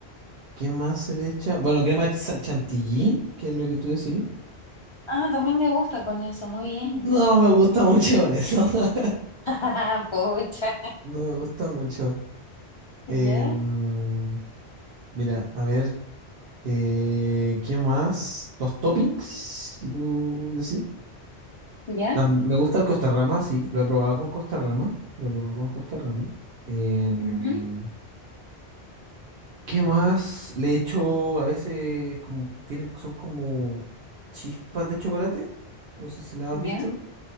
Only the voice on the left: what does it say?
Ah, también me gusta con eso. Muy bien.
<laughs> Pucha.
¿Ya?
¿Ya?
Ujú.
¿Ya?